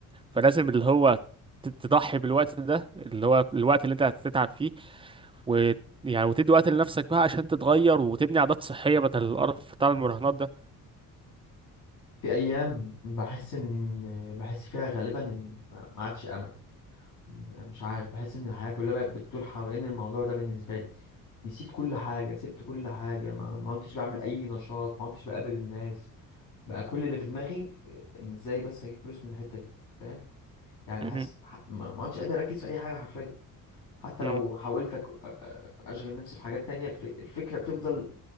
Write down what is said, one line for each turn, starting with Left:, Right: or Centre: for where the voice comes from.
Right: فلازم اللي هو ت- تضحي بالوقت ده اللي هو الوقت اللي انت هتتعب فيه و يعني وتدي وقت لنفسك بقى عشان تتغير وتبني عادات صحية بدل القرف بتاع المراهنات ده
Left: في أيام بحس إن بحس فيها غالبا إن ما ما عادش أمل يعني مش عارف بحس إن الحياة كلها بقت بتدور حوالين الموضوع ده بالنسبة لي نسيت كل حاجة سبت كل حاجة ما ما كنتش بعمل أي نشاط ما كنتش بقابل الناس بقى كل اللي في دماغي آه، ان ازاي بس اجيب فلوس من الحته دي فاهم يعني
Right: مم.
Left: حاسس ح- ما ما عدتش قادر اركز في اي حاجه حرفيا حتى لو
Right: مم.
Left: حاولت أك- أ- أ- اشغل نفسي في حاجات تانية الف... الفكره بتفضل